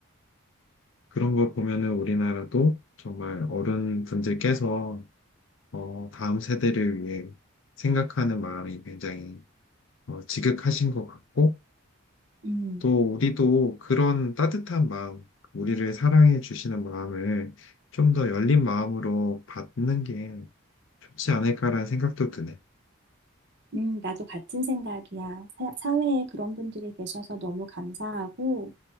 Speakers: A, on the left; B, on the right.
A: 그런 거 보면은 우리나라도 정말 어른분들께서 어, 다음 세대를 위해 생각하는 마음이 굉장히 어, 지극하신 것 같고
B: 음.
A: 또 우리도 그런 따뜻한 마음, 우리를 사랑해 주시는 마음을 좀 더 열린 마음으로 받는 게 좋지 않을까라는 생각도 드네.
B: 음, 나도 같은 생각이야. 사- 사회에 그런 분들이 계셔서 너무 감사하고,